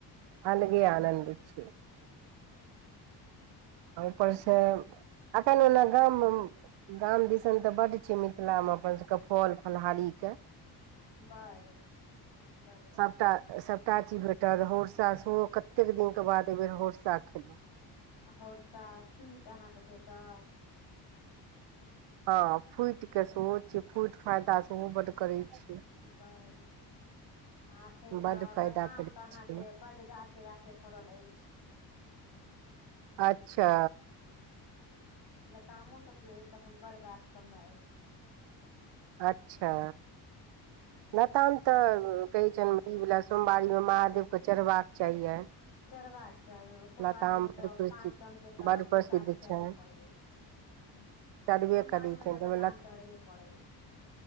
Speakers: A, on the right; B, on the left.
A: अलगे आनन्द छै
B: ह
A: ऊपर से एखन ओना गाम मे गाम दिसन तऽ बड्ड छै मिथिलामे अपनसभके फल फलहरीके
B: बड बड
A: सबटा सबटाची भेट एकटा होरसा सेहो कतेक दिनके बाद एहिबेर होरसा खेलहुँ
B: होरसा तूति अहाँके भेटत
A: हँ फूटि के सेहो छैय फूटि फायदा सेहो बड करैत छै
B: बड आ एखन तऽ
A: बड फायदा
B: लताम
A: करै
B: तऽ अहाँके
A: छै
B: बड गाछे गाछे फड़ल अछि
A: अच्छा
B: लतामोसभ जे अछि से एखन बड़ गाछसभमे अछि
A: अच्छ
B: जी
A: लताम तऽ कहै छनि ई वला सोमवारीमे महादेवके चढ़बाक चाहियनि
B: चढ़बाक चाही सोमवारी
A: लताम
B: मे
A: बड
B: तऽ
A: प्रसिद्ध
B: पाँच रंग के तऽ
A: बड
B: प्रसाद
A: प्रसिद्ध
B: चढ़बे
A: छनि
B: करै अछि
A: चढ़बे
B: सोमवारी
A: करै
B: मे
A: छनि
B: तऽ
A: ताहिमे
B: लताम चढ़बे करैत अछि